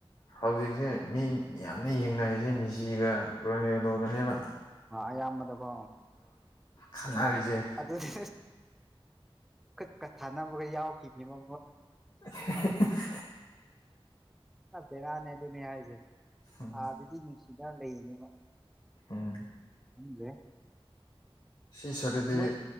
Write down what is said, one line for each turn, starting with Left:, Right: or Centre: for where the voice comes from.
Left: ꯍꯧꯖꯤꯛꯁꯦ ꯃꯤ ꯃꯌꯥꯝꯅ ꯌꯦꯡꯅꯔꯤꯁꯦ ꯃꯤꯁꯤꯒ ꯂꯣꯏꯅꯒꯗꯧꯕꯗꯅꯦꯕ
Centre: ꯑ ꯑꯌꯥꯝꯕꯗ ꯀ
Left: ꯈꯠꯅꯔꯤꯁꯦ
Centre: ꯑꯗꯨꯗꯤ ꯈꯨꯠꯀꯠ ꯊꯥꯅꯕꯒ ꯌꯥꯎꯈꯤꯅꯦ ꯃ
Left: <unintelligible>
Centre: ꯕꯦꯉꯥꯅꯦ ꯑꯗꯨꯅ ꯍꯥꯏꯁꯦ
Left: ꯎꯝ
Centre: ꯑ ꯑꯗꯨꯗꯤꯅꯨꯡꯁꯤ ꯌꯥ ꯂꯩꯅꯦ
Left: ꯑꯝ
Centre: ꯈꯪꯗ꯭ꯔꯦ
Left: ꯁꯤ ꯁꯔꯗꯤ
Centre: ꯃꯣꯏ